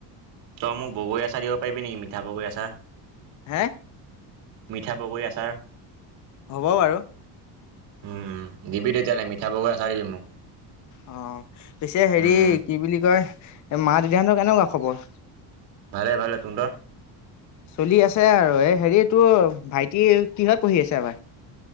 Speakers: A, on the right; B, on the left.
A: তই মোক বগৰী আচাৰ দিব পাৰিবি নেকি মিঠা বগৰী আচাৰ।
B: হে?
A: মিঠা বগৰী আচাৰ।
B: হ'ব বাৰু।
A: উম, দিবি তেতিয়াহ'লে মিঠা বগুৰা চাই দিবি মোক।
B: অ' পিছে হেৰি
A: উম উম।
B: কি বুলি কয় মা দেদাহতৰ কেনেকুৱা খবৰ?
A: ভালে ভালে, তুন্দৰ?
B: চলি আছে আৰু এই হেৰি তোৰ ভাইটি কিহত পঢ়ি আছে এবাৰ?